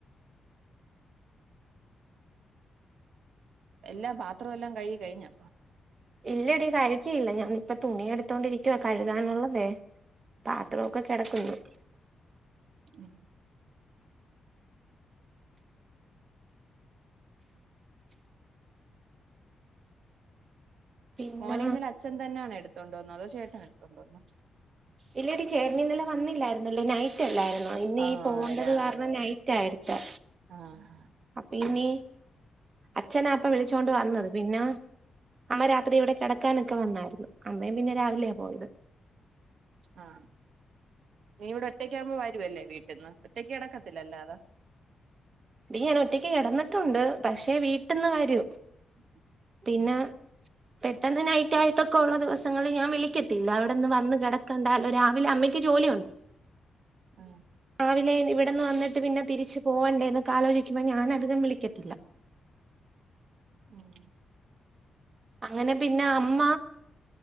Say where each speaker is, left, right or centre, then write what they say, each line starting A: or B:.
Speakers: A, on the right (about 75°); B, on the right (about 35°).
A: എല്ലാം പാത്രം എല്ലാം കഴുകി കഴിഞ്ഞോ
B: ഇല്ലടി. കഴുകിയില്ല ഞാനിപ്പ തുണി എടുത്തോണ്ടിരിക്ക്വ കഴുകാനുള്ളതേ പാത്രം ഒക്കെ കെടക്കുന്ന്
A: ഉം
B: പിന്നെ
A: മോനെ ഇന്നലെ അച്ഛൻ തന്നാണോ എടുത്തോണ്ട് വന്ന. അതോ ചേട്ടൻ എടുത്തോണ്ട് വന്നോ
B: ഇല്ലെടി ചേട്ടൻ ഇന്നലെ വന്നില്ലായിരുന്നല്ലോ നൈ റ്റല്ലാര്ന്നോ ഇന്ന്
A: ആഹ്
B: ഈ പോവണ്ടത്
A: രാവിലെ
B: കാരണം നൈറ്റ് ആ എട്ത്തേ
A: ആഹ്
B: അപ്പ ഇനി അച്ഛനാ പ്പ വിളിച്ചോണ്ട് വന്നത് പിന്നാ അമ്മ രാത്രി ഇവിടെ കെടക്കാനൊക്കെ വന്നാര്ന്ന്. അമ്മയും പിന്നെ രാവിലെയാ പോയത്.
A: ആഹ് നീ ഇവിടെ ഒറ്റക്ക് ആകുമ്പോ വരുവല്ലേ വീട്ടിന്ന് ഒറ്റയ്ക്ക് കെടക്കത്തില്ല അല്ലാതെ
B: ഡീ ഞാൻ ഒറ്റയ്ക്ക് കെടന്നിട്ടുണ്ട്. പക്ഷേ വീട്ട്ന്ന് വരും.
A: <inaudible>
B: പിന്നെ
A: ഉം
B: പെട്ടെന്ന് നൈറ്റ് ആയിട്ടൊക്കെ ഒള്ള ദിവസങ്ങളി ഞാൻ വിളിക്കത്തില്ല. അവിടെന്ന് വന്ന് കെട ക്കാണ്ടാലോ രാവിലെ അമ്മയ്ക്ക് ജോലിയു
A: ആഹ്
B: രാവിലെ ഇവിടുന്ന് വന്നിട്ട് പിന്നെ തിരിച്ച് പോവണ്ടേ എന്നൊക്കെ ആലോചിക്കുമ്പോ ഞാൻ അധികം വിളിക്കത്തില്ല.
A: ഉം
B: അങ്ങനെ പിന്ന അമ്മ